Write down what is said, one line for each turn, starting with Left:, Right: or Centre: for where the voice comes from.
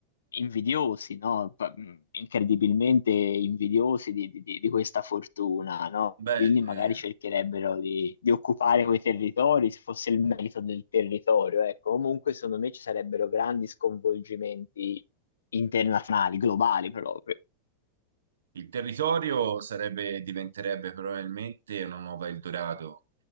Left: invidiosi, no? Pa- mh, Incredibilmente invidiosi di, di- di- di questa fortuna, no?
Right: beh,
Left: Quindi magari
Right: eh,
Left: cercherebbero di, di occupare quei territori, se fosse il merito del territorio, ecco. Comunque, secondo me ci sarebbero grandi sconvolgimenti internazionali, globali proprio.
Right: il territorio sarebbe, diventerebbe probabilmente una nuova Eldorado